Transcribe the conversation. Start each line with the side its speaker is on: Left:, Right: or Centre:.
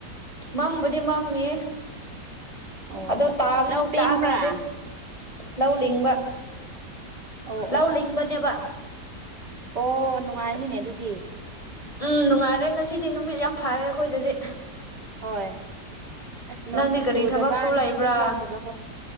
Left: ꯃꯝꯕꯨꯗꯤ ꯃꯝꯃꯤꯌꯦ
Right: ꯑꯣ
Left: ꯑꯗꯣ ꯇꯥꯕꯗꯤ
Right: ꯂꯧ
Left: ꯁꯨꯛꯇ
Right: ꯄꯦꯡꯕ꯭ꯔꯥ
Left: ꯇꯥꯗꯦ ꯂꯧ ꯂꯤꯡꯕ
Right: ꯑꯣ
Left: ꯂꯧ
Right: ꯑꯣ
Left: ꯂꯤꯡꯕꯅꯦꯕ
Right: ꯑꯣ ꯅꯨꯡꯉꯥꯏꯅꯤꯅꯦ ꯑꯗꯨꯗꯤ
Left: ꯎꯝ ꯅꯨꯡꯉꯥꯏꯔꯦ ꯉꯁꯤꯗꯤ ꯅꯨꯃꯤꯠ ꯌꯥꯝ ꯐꯔꯦ ꯑꯩꯈꯣꯏꯗꯗꯤ
Right: ꯍꯣꯏ ꯑꯁ ꯅꯣꯡꯁꯨ
Left: ꯅꯪꯗꯤ ꯀꯔꯤ
Right: ꯆꯨꯗꯕ
Left: ꯊꯕꯛ ꯁꯨ
Right: ꯅꯨꯃꯤꯠꯁꯨ
Left: ꯂꯩꯕ꯭ꯔꯥ
Right: ꯊꯣꯛꯇꯕꯀꯣ